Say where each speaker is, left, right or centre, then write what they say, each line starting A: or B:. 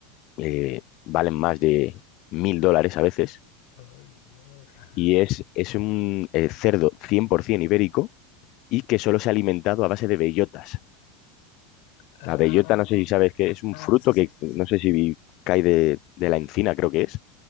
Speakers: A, on the left (about 50°); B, on the left (about 65°).
A: eh, valen más de mil dólares a veces
B: Ay, Dios, ajá.
A: y es, es un eh, cerdo 100% ibérico y que solo se ha alimentado a base de bellotas.
B: Ah,
A: La bellota, no sé si sabes que
B: ajá,
A: es un fruto
B: sí, sí,
A: que
B: sí,
A: no
B: sí.
A: sé si vi- cae de, de la encina, creo que es.